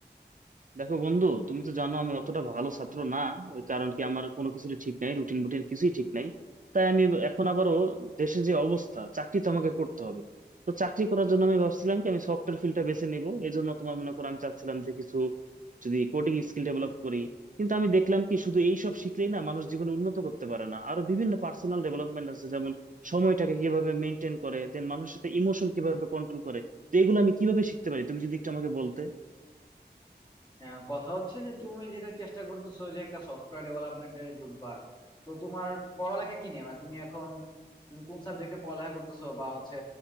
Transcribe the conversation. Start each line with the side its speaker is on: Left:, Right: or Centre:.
Right: দেখো বন্ধু তুমি তো জানো আমি অতটা ভালো ছাত্র না ওই কারণ কি আমার কোনো কিছু ঠিক নাই রুটিন বুটিন কিছুই ঠিক নাই তাই আমি এখন আবারও দেশের যে অবস্থা চাকরি তো আমাকে করতে হবে তো চাকরি করার জন্য আমি ভাবছিলাম কি আমি সফটওয়্যার ফিল্ডটা বেছে নিব এই জন্য তোমার মনে করো আমি চাচ্ছিলাম যে কিছু যদি কোডিং স্কিল ডেভেলপ করি কিন্তু আমি দেখলাম কি শুধু এইসব শিখলেই না মানুষ জীবনে উন্নত করতে পারে না আরো বিভিন্ন পার্সোনাল ডেভেলপমেন্ট আছে যেমন সময়টাকে কিভাবে মেনটেন করে দেন মানুষের সাথে ইমোশন কিভাবে কন্ট্রোল করে তো এগুলো আমি কিভাবে শিখতে পারি তুমি যদি একটু আমাকে বলতে
Left: হ্যাঁ কথা হচ্ছে যে তুমি যেটা চেষ্টা করতেছো যে একটা সফটওয়্যার ডেভেলপমেন্টে ঢুকবা তো তোমার পড়ালেখা কি নিয়ে মানে তুমি এখন তুমি কোন সাবজেক্টে পড়ালেখা করতেছো বা হচ্ছে